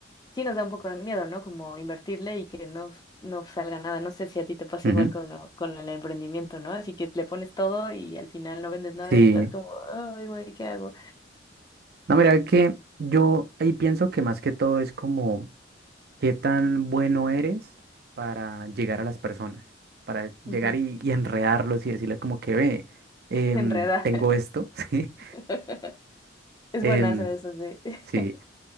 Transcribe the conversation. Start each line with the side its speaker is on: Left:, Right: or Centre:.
Left: sí nos da un poco de miedo, ¿no? Como invertirle y que no, s- no salga nada. No sé si a ti te pasa
Right: ujú.
Left: igual con, lo- con el emprendimiento, ¿no? Así que le pones todo y al final no vendes nada
Right: Sí,
Left: y estás como, ay, güey, ¿qué hago?
Right: no, mira que yo ahí pienso que más que todo es como ¿Qué tan bueno eres para llegar a las personas? Para llegar
Left: Ujú.
Right: y, y enredarlos y decirles como que ve, em,
Left: Enredar.
Right: tengo esto, <laughs> ¿sí?
Left: <laughs> Es
Right: Em,
Left: buenazo eso, sí. <laughs>
Right: sí.